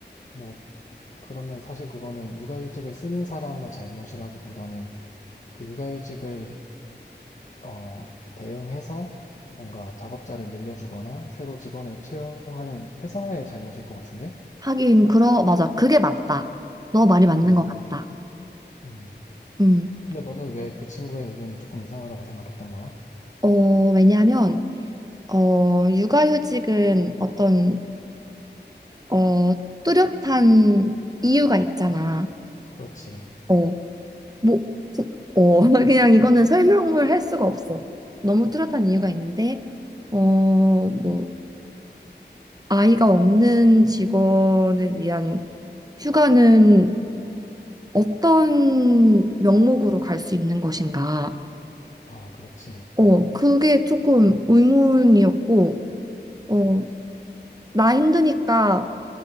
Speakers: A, on the left; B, on the right.
A: 뭐 그러면 사실 그거는 육아휴직을 쓰는 사람의 잘못이라기보다는 그 육아휴직을 어 대응해서 뭔가 작업자를 늘려주거나 새로 직원을 채용하는 회사의 잘못일 것 같은데?
B: 하긴 그러 맞아. 그게 맞다. 너 말이 맞는
A: 음.
B: 것 같다.
A: 음.
B: 음.
A: 근데 너는 왜 그 친구의 의견이 조금 이상하다고 생각했던 거야?
B: 어, 왜냐하면 어, 육아휴직은 어떤 어, 뚜렷한 이유가 있잖아.
A: 그렇지.
B: 어, 뭐, 어, <laughs> 그냥 이거는 설명을 할 수가 없어. 너무 뚜렷한 이유가 있는데, 어, 뭐, 아이가 없는 직원을 위한 휴가는 어떤 명목으로 갈 수 있는 것인가?
A: 아, 그렇지.
B: 어, 그게 조금 의문이었고, 어, 나 힘드니까,